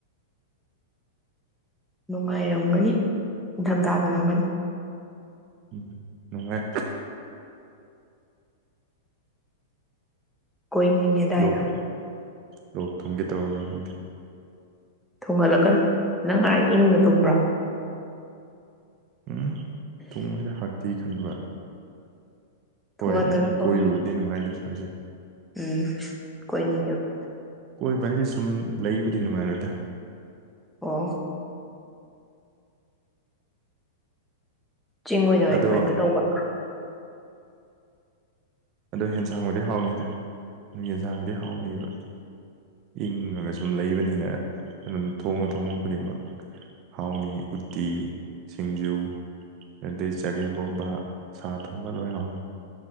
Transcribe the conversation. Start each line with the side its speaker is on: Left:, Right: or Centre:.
Centre: ꯅꯨꯡꯉꯥꯏꯔꯝꯒꯅꯤ ꯅꯤꯡꯊꯝꯊꯥ ꯃꯥꯜꯂꯝꯒꯅꯤ
Right: ꯎꯝ ꯅꯨꯡꯉꯥꯏ
Centre: ꯀꯣꯏꯅꯤꯡꯉ‌ꯦ ꯗꯥꯏꯗ‌ꯣ
Right: ꯂꯣꯛ ꯂꯣꯛ ꯊꯨꯝꯒꯦ ꯇꯧꯔꯕ꯭ꯔꯥ ꯈꯪꯗꯦ
Centre: ꯊꯨꯡꯍꯜꯂꯛꯀꯅꯨ ꯅꯪ ꯉꯥꯏ ꯏꯪꯅ ꯇꯨꯝꯕ꯭ꯔꯥ
Right: ꯎꯝ ꯇꯨꯡ ꯍꯥꯛ ꯇꯤ ꯈꯟꯕ
Centre: ꯊꯨꯡꯍꯟꯒꯅꯨ
Right: ꯍꯣꯏ ꯑꯗꯨꯝ
Centre: ꯊꯨꯡꯍꯟꯒꯅꯨ
Right: ꯀꯣꯏꯕꯕꯨꯗꯤ ꯅꯨꯡꯉꯥꯏꯅꯤ ꯁꯋꯥꯏꯁꯦ
Centre: ꯎꯝ ꯀꯣꯏꯅꯤꯉꯥꯕ
Right: ꯀꯣꯏꯕ ꯍꯥꯏꯁꯦ ꯁꯨꯝ ꯂꯩꯕꯗꯤ ꯅꯨꯡꯉꯥꯏꯔꯣꯏꯗ꯭ꯔꯥ
Centre: ꯑꯣ ꯆꯤꯡ ꯑꯣꯏꯅ ꯍꯥꯏ
Right: ꯑꯗꯣ
Centre: ꯉꯛꯇꯦꯜ ꯇꯧꯕꯥ
Right: ꯑꯣ ꯌꯦꯟꯁꯥꯡꯕꯨꯗꯤ ꯍꯥꯎꯅꯤꯗ꯭ꯔ ꯑꯗꯨ ꯌꯦꯟꯁꯥꯡꯗꯤ ꯍꯥꯎꯅꯤꯕ ꯏꯪꯉꯒ ꯁꯨꯝ ꯂꯩꯕꯅꯤꯅ ꯑꯗꯨꯝ ꯊꯣꯡꯉ ꯊꯣꯡꯕ ꯈꯨꯗꯤꯡꯃꯛ ꯍꯥꯎꯅꯤ ꯎꯠꯇꯤ ꯁꯤꯡꯖꯨ ꯑꯗꯩ ꯆꯒꯦꯝ ꯄꯣꯝꯕ ꯁꯥ ꯊꯣꯡꯕ ꯂꯣꯏ ꯍꯥꯎꯅꯤ